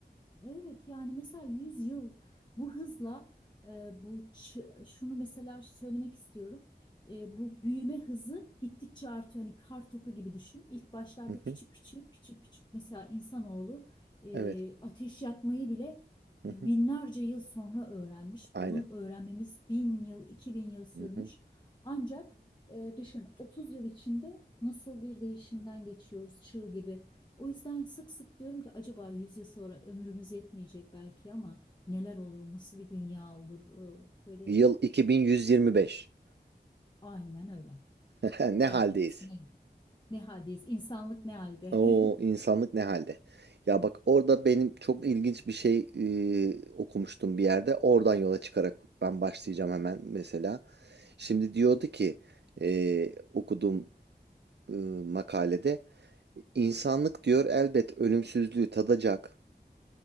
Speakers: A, on the left; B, on the right.
A: Evet yani mesela 100 yıl bu hızla e, bu ç- şunu mesela söylemek istiyorum. E, bu büyüme hızı gittikçe artıyor. Hani kar topu gibi düşün. İlk başlarda
B: Hı
A: küçük
B: hı.
A: küçük küçük küçük mesela insanoğlu e,
B: Evet.
A: ateş yakmayı bile
B: Hı
A: e,
B: hı.
A: binlerce yıl sonra öğrenmiş.
B: Aynen.
A: Bunu öğrenmemiz bin yıl, iki bin yıl sürmüş.
B: Hı hı.
A: Ancak e, düşün 30 yıl içinde nasıl bir değişimden geçiyoruz çığ gibi. O yüzden sık sık diyorum ki acaba 100 yıl sonra ömrümüz yetmeyecek belki ama neler olur, nasıl bir dünya olur? Ee, Böyle
B: Yıl 2125.
A: aynen öyle.
B: <laughs> Ne
A: Ne
B: haldeyiz?
A: yaparız, ne, ne haldeyiz? insanlık ne halde?
B: O insanlık
A: <laughs>
B: ne halde? Ya bak orada benim çok ilginç bir şey e, okumuştum bir yerde. Oradan yola çıkarak ben başlayacağım hemen mesela. Şimdi diyordu ki e, okuduğum e, makalede insanlık diyor elbet ölümsüzlüğü tadacak